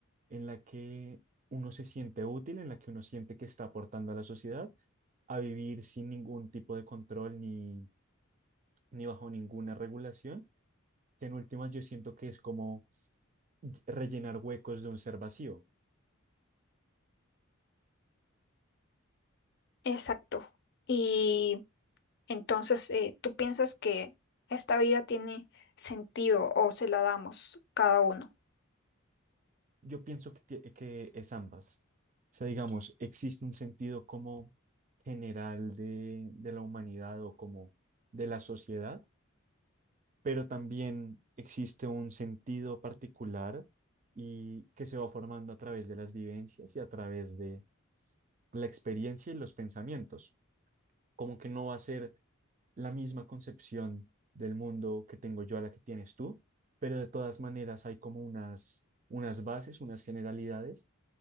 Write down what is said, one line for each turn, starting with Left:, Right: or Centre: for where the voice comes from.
Right: en la que uno se siente útil, en la que uno siente que está aportando a la sociedad, a vivir sin ningún tipo de control ni, ni bajo ninguna regulación, que en últimas yo siento que es como rellenar huecos de un ser vacío.
Left: Exacto. Y entonces, eh, ¿tú piensas que esta vida tiene sentido o se la damos cada uno?
Right: Yo pienso que, tie- que es ambas. O sea, digamos, existe un sentido como general de, de la humanidad o como de la sociedad pero también existe un sentido particular y que se va formando a través de las vivencias y a través de la experiencia y los pensamientos. Como que no va a ser la misma concepción del mundo que tengo yo a la que tienes tú, pero de todas maneras hay como unas, unas bases, unas generalidades